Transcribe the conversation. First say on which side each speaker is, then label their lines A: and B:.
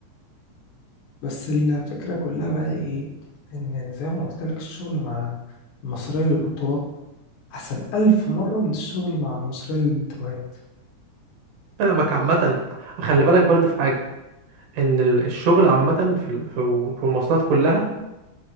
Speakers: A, on the left; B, on the right.
A: بس الفكرة كلها بقى ايه ان زي ما قلت لك الشغل مع المصرية للقطارات أحسن ألف مرة من الشغل مع المصريين للمتروهات
B: فاهمك عامه وخلي بالك برضه في حاجه ان ال- الشغل عامه في ال- في في المواصلات كلها